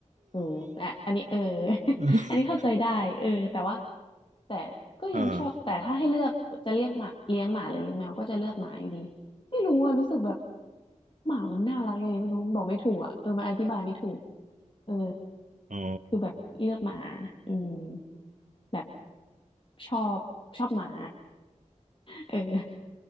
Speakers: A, on the left (about 40°); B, on the right (about 70°).
A: เอออ่ะอันนี้เออ <laughs>
B: <laughs>
A: อันนี้เข้าใจได้เออแต่ว่าแต่ก็ยังชอบแต่ถ้าให้เลือกจะเรียกหมาเลี้ยงหมาหรือเลี้ยงแมวก็จะเลือกหมาอยู่ดี
B: อ่า
A: ไม่รู้อะรู้สึกแบบหมามันน่ารักยังไงไม่รู้บอกไม่ถูกอะเออมันอธิบายไม่ถูกเออ
B: อ๋อ
A: คือแบบเลือกหมาอืมแบบชอบชอบหมา เออ